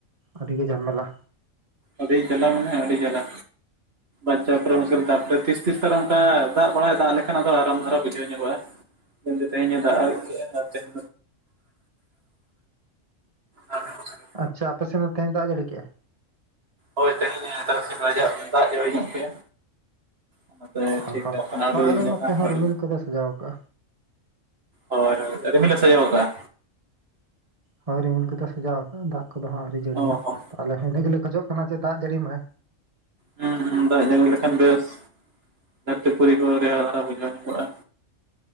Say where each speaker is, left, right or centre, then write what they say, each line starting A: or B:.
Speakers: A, on the right; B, on the right.
A: ᱟᱹᱰᱤᱜᱮ ᱡᱷᱟᱢᱮᱞᱟ
B: ᱚᱰᱤᱧ <inaudible> ᱪᱟᱞᱟᱣᱱᱟ ᱟᱹᱰᱤ ᱡᱟᱞᱟ ᱟᱪᱪᱷᱟ ᱯᱨᱚ <unintelligible> ᱢᱩᱥᱟᱹᱞᱛᱟ <unintelligible> ᱛᱚ ᱛᱤᱥ ᱛᱤᱥ ᱚᱝᱠᱟ ᱫᱟᱜ ᱵᱟᱲᱟᱭ ᱫᱟᱜ ᱞᱮᱠᱷᱟᱱ ᱟᱫᱚ ᱟᱨᱟᱢ ᱫᱷᱟᱨᱟ ᱵᱩᱡᱷᱟᱹᱣ ᱧᱚᱜᱚᱜᱼᱟ ᱛᱮᱦᱮᱱ ᱫᱚ ᱛᱮᱦᱮᱧᱮ ᱫᱟᱜ ᱠᱮᱜᱼᱟ ᱟᱨᱛᱮ <inaudible> ᱟᱨ <inaudible>
A: ᱟᱪᱪᱷᱟ ᱟᱯᱟᱥᱮᱱ ᱫᱚ ᱛᱮᱦᱮᱧ ᱫᱟᱜ ᱡᱟᱹᱲᱤ ᱠᱮᱜᱼᱟᱭ
B: ᱦᱳᱭ ᱛᱮᱦᱮᱧᱮ ᱛᱟᱨᱟᱥᱤᱧ ᱵᱟᱭᱡᱟᱜ <inaudible> ᱫᱟᱜ ᱡᱟᱹᱲᱤ ᱜᱚᱜ ᱠᱮᱜᱼᱟ ᱚᱱᱟᱛᱮ ᱴᱷᱤᱠ
A: ᱚᱦᱚ
B: ᱟᱠᱟᱱᱟ ᱟᱹᱰᱤ
A: ᱦᱳᱭ ᱟᱞᱮ ᱱᱚᱛᱮ
B: ᱡᱟᱞᱟ
A: ᱦᱚᱸ
B: ᱟᱹᱰᱤ
A: ᱨᱤᱢᱤᱞ ᱠᱚᱫᱚᱭ ᱥᱟᱡᱟᱣᱠᱟᱜᱼᱟ
B: ᱦᱳᱭ ᱦᱳᱭ ᱨᱤᱢᱤᱞᱮ ᱥᱟᱡᱟᱣ ᱠᱟᱜᱼᱟ
A: ᱦᱳᱭ ᱨᱤᱢᱤᱞ ᱠᱚᱫᱚ ᱥᱟᱡᱟᱣ ᱠᱟᱜᱼᱟ ᱫᱟᱜ ᱠᱚᱫᱚ ᱦᱟᱸᱜ ᱟᱹᱣᱨᱤ ᱡᱟᱹᱲᱤᱭᱟ
B: ᱚ ᱦᱚᱸ
A: ᱛᱚ ᱟᱞᱮᱦᱚᱸ ᱤᱱᱟᱹ ᱜᱮᱞᱮ ᱠᱷᱚᱡᱚᱜ ᱠᱟᱱᱟ ᱡᱮ ᱫᱟᱜ ᱡᱟᱹᱲᱤ ᱢᱟᱭ
B: ᱦᱚᱸ ᱦᱚᱸ ᱫᱟᱜ ᱡᱟᱹᱲᱤ ᱞᱮᱠᱷᱟᱱ ᱵᱮᱥ ᱫᱷᱟᱹᱨᱛᱤᱯᱩᱨᱤ ᱠᱚ ᱨᱮᱭᱟᱲ ᱫᱷᱟᱨᱟ ᱵᱩᱡᱷᱟᱹᱣ ᱧᱚᱜᱚᱜᱼᱟ